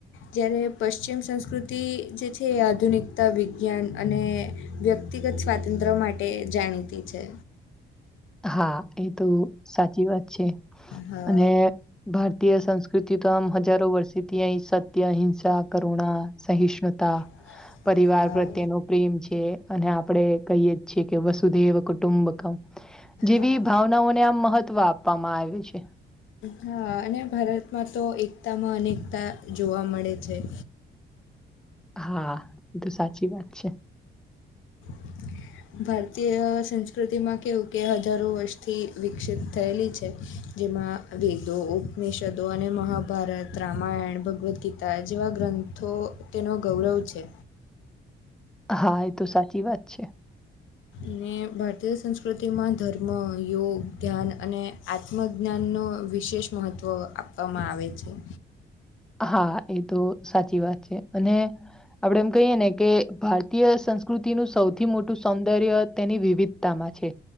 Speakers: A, on the left; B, in the centre.
A: જ્યારે પશ્ચિમ સંસ્કૃતિ. તે જે છે એ આધુનિકતા વિજ્ઞાન અને. વ્યક્તિગત સ્વાતંત્ર્ય માટે જાણીતી છે.
B: હા એ તો સાચી વાત છે
A: હા
B: અને. ભારતીય સંસ્કૃતિ તો અમ હજારો વર્ષીથી અહીં સત્ય અહિંસા કરુણા સહિષ્ણુતા.
A: <inaudible>
B: પરિવાર
A: હા
B: પ્રત્યેનો પ્રેમ છે અને આપડે કહીએ છીએ કે વસુધેવ કુટુંબ. જેવી
A: હા
B: ભાવનાઓને આમ મહત્વ આપવામાં આવે છે.
A: હા અને ભારતમાં તો એકતામાં અનેકતા જોવા મળે છે.
B: હા એ તો સાચી વાત છે.
A: <inaudible> ભારતીય સંસ્કૃતિમાં કેવું કે હજારો વર્ષથી વિકસિત થયેલી છે. જેમાં વેદો ઉપનિષદો અને મહાભારત રામાયણ ભગવદ્ ગીતા જેવા ગ્રંથ. તો તેનો ગૌરવ છે.
B: હા એ તો સાચી વાત છે.
A: અને ભારતીય સંસ્કૃતિમાં ધર્મ યોગ ધ્યાન અને. આત્મજ્ઞાનનો વિશેષ મહત્ત્વ આપવામાં આવે છે.
B: હા એ તો સાચી વાત છે અને આપડે એમ કહીએ ને કે ભારતીય સંસ્. પ્રકૃતિનું સૌથી મોટું સૌંદર્ય તેની વિવિધતામાં છે.